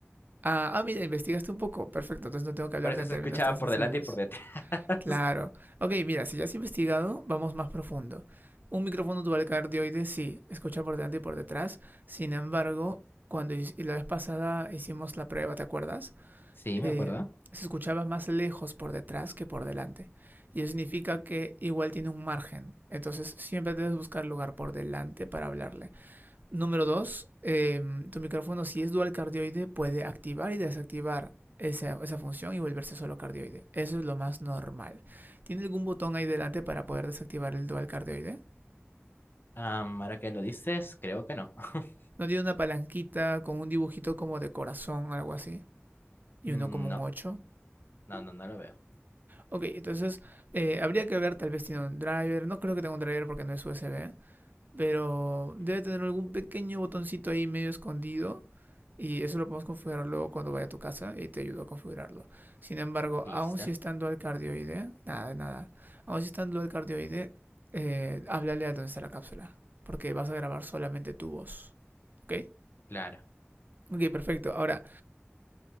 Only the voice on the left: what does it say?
Por eso
se
escuchaba
por
delante y por detrás. <laughs>
Sí,
me acuerdo.
Am, ahora que lo dices, creo que no. <laughs>
Mm,
No,
no, no, no lo veo.
Ujú.
Listo,
claro.